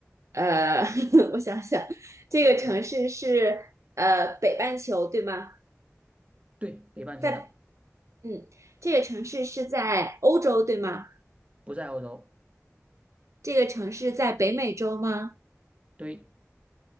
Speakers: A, on the right; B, on the right.
A: 呃，<laughs> 我想想，这个城市是呃北半球对吗？
B: 不着急，对，北半球的，
A: 在，嗯，这个城市是在欧洲对吗？
B: 不在欧洲，
A: 这个城市在北美洲吗？
B: 对。